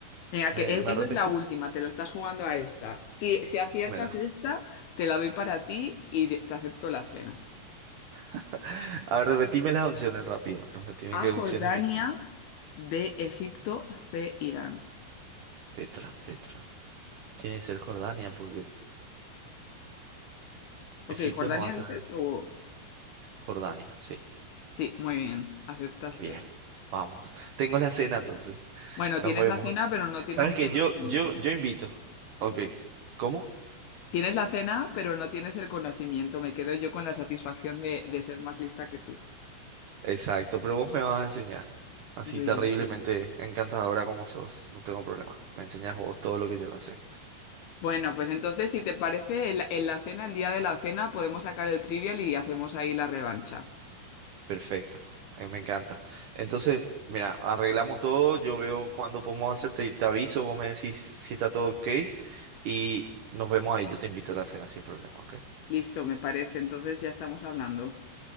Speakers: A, on the left; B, on the right.
A: Venga,
B: ¿me,
A: que e-
B: me
A: esa
B: repetís?
A: es la última, te lo estás jugando a esta. Si, si aciertas
B: Bueno.
A: esta, te la doy para ti y de- te acepto la cena.
B: <laughs> A ver, repetime las opciones rápido. Repetime
A: A,
B: qué
A: Jordania,
B: opciones tenés.
A: B, Egipto, C, Irán.
B: Petra, Petra. Tiene que ser Jordania, porque
A: Ok,
B: Egipto
A: ¿Jordania
B: no va
A: dices?
B: a tener
A: O...
B: Jordania, sí.
A: Sí, muy bien, aceptaste.
B: Bien, vamos. Tengo la cena, entonces.
A: Bueno,
B: Nos
A: tienes
B: vemos.
A: la cena, pero no tienes
B: ¿Sabes
A: el
B: qué?
A: conocimiento.
B: Yo, yo, yo invito. Ok. ¿Cómo?
A: Tienes la cena, pero no tienes el conocimiento. Me quedo yo con la satisfacción de, de ser más lista que tú.
B: Exacto, pero vos me vas a enseñar. Así
A: Muy
B: terriblemente
A: bien, sí.
B: encantadora como sos. No tengo problema. Me enseñas vos todo lo que yo no sé.
A: Bueno, pues entonces, si te parece, en la en la cena, el día de la cena, podemos sacar el trivial y hacemos ahí la revancha.
B: Perfecto. eh, Me encanta. Entonces, mira, arreglamos todo. Yo veo cuándo podemos hacerte. Te te aviso, vos me decís si está todo ok. Y nos vemos ahí. Yo te invito a la cena sin problema, ¿ok?
A: Listo, me parece. Entonces ya estamos hablando.